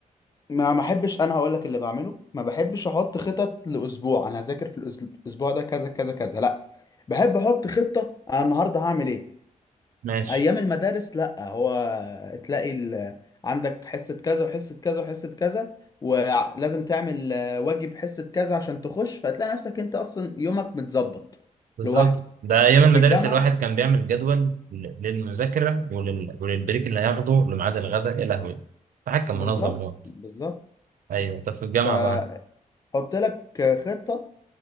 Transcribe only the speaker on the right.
ماشي
بالظبط
ده ايام المدارس
الواحد كان بيعمل جدول ل- للمذاكره ولل... وللبريك اللي هياخده لميعاد الغداء يا لهوي فحد كان
منظم موت
ايوه طب في الجامعه
بقى